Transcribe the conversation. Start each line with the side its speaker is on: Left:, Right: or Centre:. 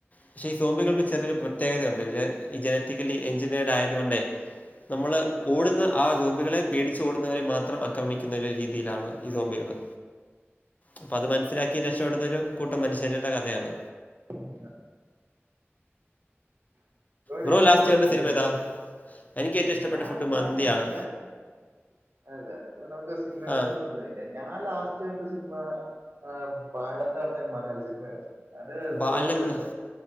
Left: പക്ഷെ ഈ സോമ്പികൾക്ക് ചെറിയൊരു പ്രത്യേകതയുണ്ട് ജെ ഈ ജെനറ്റിക്കലി എഞ്ചിനേഡായത്കൊണ്ടേ നമ്മള് ഓടുന്ന ആ സോമ്പികളെ പേടിച്ച് ഓടുന്നവരെ മാത്രം ആക്രമിക്കുന്ന ഒരു രീതിയിലാണ് ഈ സോമ്പികള് അപ്പം അത് മനസ്സിലാക്കി രക്ഷപ്പെടുന്ന ഒരു കൂട്ടം മനുഷ്യരുടെ കഥയാണ്
Right: <unintelligible> ബ്രോയീടേയിഷ്ട്ടപെട്ട
Left: ബ്രോ ലാസ്റ്റ് കണ്ട
Right: ഫുഡെന്തുവ.
Left: സിനിമ ഏതാ എനിക്ക് ഏറ്റവും ഇഷ്ടപ്പെട്ട
Right: ഞാൻ
Left: ഫുഡ് മന്തിയാണ്
Right: ലാസ്റ്റിണ് <unintelligible> അല്ല നമുക്ക് സിനിമയെ
Left: ആ
Right: പറ്റി സംസാരിക്കാൻ ഞാൻ ലാസ്റ്റ് കട്ട സിനിമ ആ ബാലൻന്ന് പറഞ്ഞ മലയാള സിനിമയാണ്. അത്
Left: ബാലന്ന്
Right: ബ്രോ കണ്ടിട്ടുണ്ടോ